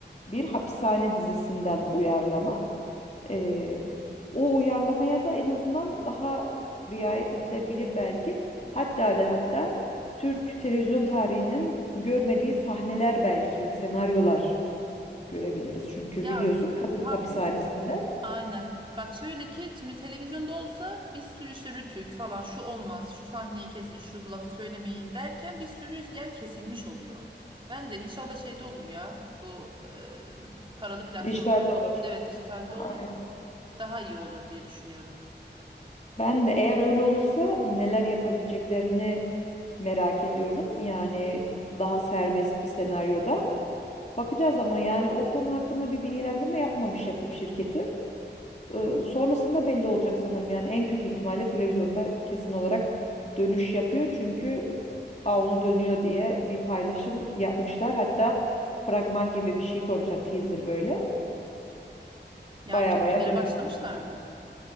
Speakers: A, on the left; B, on the right.
A: bir hapishane dizisinden uyarlama. Ee, o uyarlamaya da en azından daha riayet edilebilir belki. Hatta ve hatta Türk televizyon tarihinin görmediği sahneler belki, senaryolar görebiliriz. Çünkü
B: Ya
A: biliyorsun kadın
B: haklısın.
A: hapishanesinde
B: Aynen. Bak şöyle ki şimdi televizyonda olsa bir sürü işte Rütük falan şu olmaz, şu sahneyi kesin, şu lafı söylemeyin derken bir sürü yer kesilmiş oluyor. Ben de inşallah şeyde olur ya bu e, paralı platformda
A: dijitalde
B: olur.
A: olur.
B: Evet dijitalde
A: Aynen.
B: olur. Daha iyi olur diye düşünüyorum.
A: Ben de eğer öyle olursa neler yapabileceklerini merak ediyorum. Yani daha serbest bir senaryoda. Bakacağız ama yani o konu hakkında bir bilgilendirme yapmamış yapım şirketi. Ee, sonrasında belli olacak sanırım. Yani en kötü ihtimalle televizyonda kesin olarak dönüş yapıyor. Çünkü avlu dönüyor diye bir paylaşım yapmışlar. Hatta fragman gibi bir şey koymuşlar teaser böyle.
B: Yani
A: Baya
B: çekimlere
A: baya dönüyor.
B: başlamışlar mı?